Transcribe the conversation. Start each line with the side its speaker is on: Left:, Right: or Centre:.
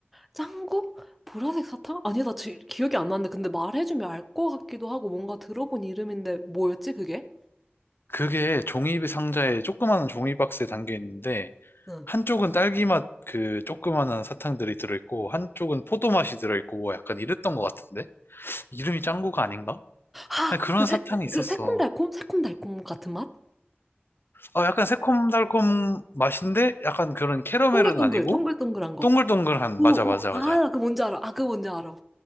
Centre: 짠 거? 보라색 사탕? 아니, 나 지, 기억이 안 나는데. 근데 말해주면 알 것 같기도 하고, 뭔가 들어본 이름인데, 뭐였지, 그게?
Left: 그게 종이 상자에 조그마한 종이 박스에 담겨 있는데,
Centre: 응.
Left: 한쪽은 딸기 맛 그 조그마한 사탕들이 들어있고, 한쪽은 포도 맛이 들어있고, 뭐 약간 이랬던 것 같은데? 이름이 짱구가 아닌가?
Centre: 아!
Left: 아니, 그런
Centre: 그 새,
Left: 사탕이 있었어.
Centre: 그 새콤달콤? 새콤달콤 같은 맛?
Left: 어, 약간 새콤달콤 맛인데 약간 그런 캐러멜은
Centre: 동글동글,
Left: 아니고
Centre: 동글동글한 거.
Left: 동글동글한
Centre: 오,
Left: 맞아 맞아
Centre: 오, 아,
Left: 맞아.
Centre: 나그 뭔지 알아. 아, 그 뭔지 알아.